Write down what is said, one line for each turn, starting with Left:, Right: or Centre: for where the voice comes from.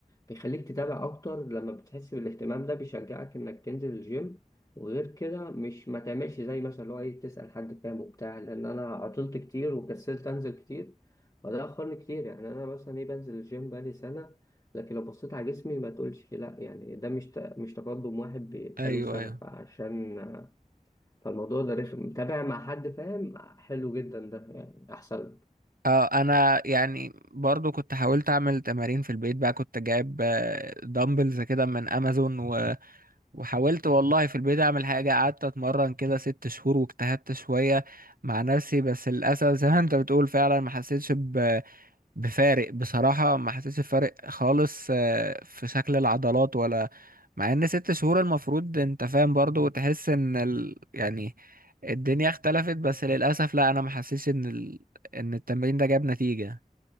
Left: بيخليك تتابع اكتر لما بتحس بالاهتمام ده بيشجعك انك تنزل الجيم وغير كده مش ما تعملش زي مثلا اللي هو ايه تسأل حد فاهم وبتاع لان انا عطلت كتير وكسلت انزل كتير وده اخرني كتير يعني انا مثلا ايه بنزل الجيم بقالي سنة لكن لو بصيت على جسمي ما تقولش لا يعني ده مش ت- مش تقدم واحد بقاله
Right: ايوه
Left: سنة
Right: ايوه
Left: فعشان فالموضوع ده رخم متابع مع حد فاهم حلو جدا ده يعني احسن
Right: اه انا يعني برضو كنت حاولت اعمل تمارين في البيت بقى كنت جايب دامبلز كده من امازون و... وحاولت والله في البيت اعمل حاجة قعدت اتمرن كده ست شهور واجتهدت شوية مع نفسي بس للاسف زي ما انت بتقول فعلا ما حسيتش بفارق بصراحة ما حسيتش بفارق خالص آه، في شكل العضلات ولا مع ان ست شهور المفروض انت فاهم برضو تحس ان ال... يعني الدنيا اختلفت بس للأسف لا انا ما حسيتش ان ال... ان التمرين ده جاب نتيجة